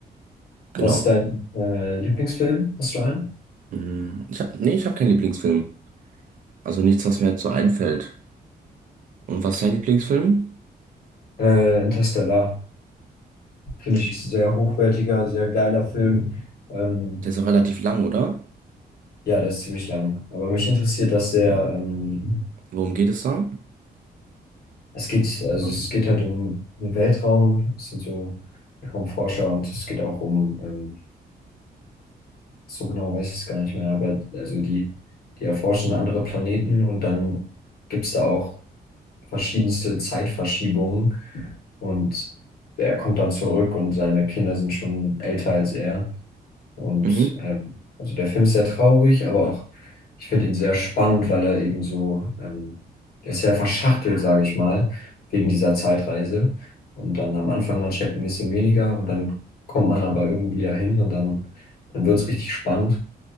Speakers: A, on the right (about 50°); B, on the left (about 65°).
A: Genau.
B: Was ist dein äh, Lieblingsfilm? Hast du einen?
A: Hm, Ich hab, nee, ich habe keinen Lieblingsfilm. Also nichts, was mir jetzt so einfällt. Und was ist dein Lieblingsfilm?
B: Äh, Interstellar. Finde ich ist ein sehr hochwertiger, sehr geiler Film. Ähm,
A: Der ist auch relativ lang, oder?
B: ja, der ist ziemlich lang. Aber mich interessiert das sehr. Ähm,
A: Worum geht es da?
B: es geht, also es geht halt um den Weltraum. Es sind so Weltraumforscher und es geht auch um, ähm, so genau weiß ich es gar nicht mehr, aber also die, die erforschen andere Planeten und dann gibt es da auch verschiedenste Zeitverschiebungen. Und er kommt dann zurück und seine Kinder sind schon älter als er. Und
A: Mhm,
B: ähm, also der Film ist sehr traurig, aber auch, ich finde ihn sehr spannend, weil er eben so, ähm, er ist sehr verschachtelt, sage ich mal, wegen dieser Zeitreise. Und dann am Anfang, man checkt ein bisschen weniger und dann kommt man aber irgendwie dahin und dann, dann wird es richtig spannend.